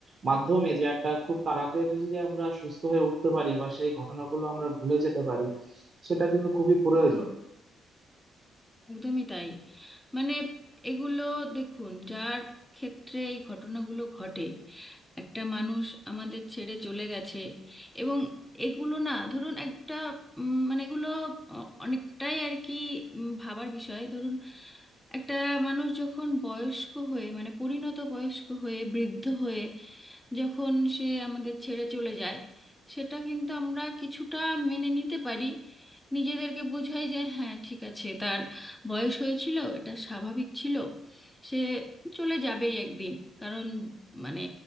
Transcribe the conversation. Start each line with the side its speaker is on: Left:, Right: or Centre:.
Right: মাধ্যমে যে একটা খুব তাড়াতাড়ি যদি আমরা সুস্থ হয়ে উঠতে পারি বা সেই ঘটনাগুলো আমরা ভুলে যেতে পারি সেটা কিন্তু খুবই প্রয়োজন
Centre: একদমই তাই মানে এগুলো দেখুন যার ক্ষেত্রে এই ঘটনাগুলো ঘটে একটা মানুষ আমাদের ছেড়ে চলে গেছে এবং এগুলো না ধরুন একটা উম, মানে এগুলো অ- অনেকটাই আর কি উম, ভাবার বিষয় ধরুন একটা মানুষ যখন বয়স্ক হয়ে মানে পরিণত বয়স্ক হয়ে বৃদ্ধ হয়ে যখন সে আমাদের ছেড়ে চলে যায় সেটা কিন্তু আমরা কিছুটা মেনে নিতে পারি নিজেদেরকে বোঝাই যে হ্যাঁ ঠিক আছে তার বয়স হয়েছিল এটা স্বাভাবিক ছিল সে চলে যাবেই একদিন কারণ মানে